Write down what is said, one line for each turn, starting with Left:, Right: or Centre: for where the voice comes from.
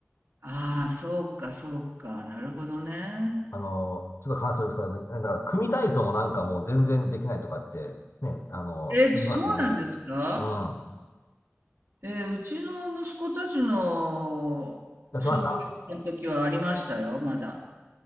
Right: ああ、そうか、そうか。なるほどね。
Left: あの、ちょっと話しておりますけどね、だから組体操もなんかもう全然できないとかって、ね、あの、
Right: え、
Left: 言いますもんね。
Right: そうなんですか
Left: うん。
Right: えーうちの息子たちの小学校の時はありましたよ、
Left: やってました
Right: まだ。